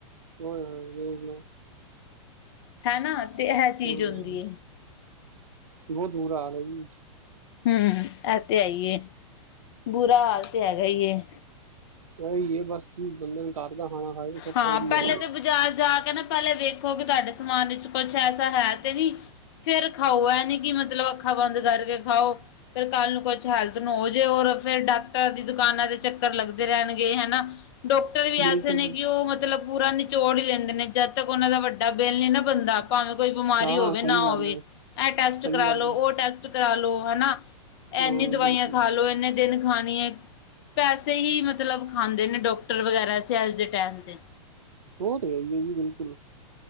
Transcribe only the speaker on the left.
ਹੈਨਾ ਤੇ ਇਹ ਚੀਜ਼
ਹੁੰਦੀ ਹੈ।
ਹਮ ਏ ਤੇ ਹੈ ਹੇਈ ਏ, ਬੁਰਾ ਹਾਲ ਤੇ ਹੈਗਾ ਈ ਏ।
ਹਾਂ,
ਪਹਿਲੇ ਤੇ ਬਜ਼ਾਰ ਜਾ ਕੇ ਨਾ ਪਹਿਲੇ ਵੇਖੋ ਕੇ ਤੋਆਡੇ ਸਮਾਨ ਵਿੱਚ ਕੋਛ ਐਸਾ ਹੈ ਤੇ ਨੀ ਫੇਰ ਖਾਓ, ਐ ਨੀ ਕਿ ਮਤਲਬ ਅੱਖਾਂ ਬੰਦ ਕਰਕੇ ਖਾਓ। ਫੇਰ ਕੱਲ ਨੂੰ ਕੋਛ ਹੈਲਥ ਨੂੰ ਹੋ ਜੇ, ਔਰ ਫੇਰ ਡਾਕਟਰ ਦੀ ਦੁਕਾਨਾਂ ਦੇ ਚੱਕਰ ਲੱਗਦੇ ਰਹਣਗੇ ਹੇਨਾ। ਡੋਕਟਰ ਵੀ
ਐਸੇ ਨੇ
ਓਹ ਮਤਲਬ ਪੂਰਾ ਨਿਚੋੜ ਹੀ ਦੇਂਦੇ ਨੇ, ਜਦ ਤੱਕ ਓਨਾਂ ਦਾ ਵੱਡਾ ਬੇੱਲ ਨੀ ਨਾ ਬਨਦਾ। ਪਾਵੇਂ ਕੋਈ ਬਮਾਰੀ
ਹੋਵੇ
ਨਾ
ਹੋਵੇ
-ਏ ਟੈਸਟ
ਕਰਾ
ਲੋ,
ਓ ਟੈਸਟ ਕਰਾ ਲੋ, ਹਨਾ। ਏਨੀ
ਦਵਾਈਆਂ
ਖਾ ਲੋ, ਏਨੇ ਦਿਨ ਖਾਣੀ ਏ, ਪੈਸੇ ਹੀ ਮਤਲਬ ਖਾਂਦੇ ਨੇ ਡੋਕਟਰ ਵਗੈਰਾ ਅੱਜ <unintelligible> ਦੇ ਟੇਮ ਤੇ।